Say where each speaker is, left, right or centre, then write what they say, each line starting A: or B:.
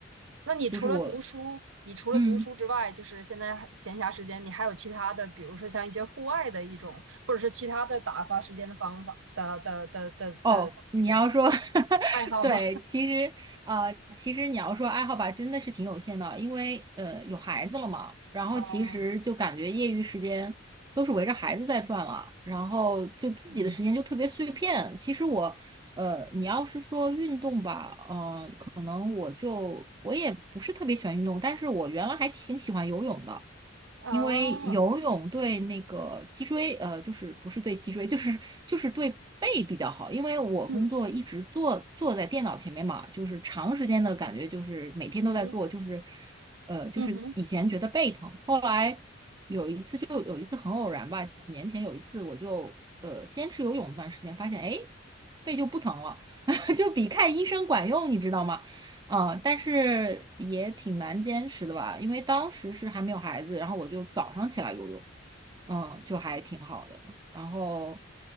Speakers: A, on the right; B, on the right.
A: 那你除了读书，
B: 就是我。
A: 你除了读书之外，
B: 嗯。
A: 就是现在还闲暇时间，你还有其他的，比如说像一些户外的一种，或者是其他的打发时间的方法的的的的的这个。
B: 哦，你要说，<laughs>
A: 爱好吗？
B: 对，其实呃，其实你要说爱好吧，真的是挺有限的，因为呃有孩子了嘛，然后其实就感觉业余时间都是围着孩子在转了，
A: 哦，
B: 然后就自己的时间就特别碎片。
A: 嗯，
B: 其实我呃，你要是说运动吧，嗯。可能我就我也不是特别喜欢运动，但是我原来还挺喜欢游泳的，
A: 哦，
B: 因为游泳对那个脊椎，呃，就是不是对脊椎，就是就是对背比较好，因为我工作一直坐坐在电脑前面嘛，
A: 嗯
B: 就是长时间的感觉就是每天都在做，
A: 嗯哼，
B: 就是呃，就是以前觉得背疼，
A: 嗯哼，
B: 后来有一次就有一次很偶然吧，几年前有一次我就呃坚持游泳一段时间，发现哎背就不疼了。<laughs> 就比看医生管用，你知道吗？嗯，但是也挺难坚持的吧，因为当时是还没有孩子，然后我就早上起来游泳，嗯，就还挺好的。然后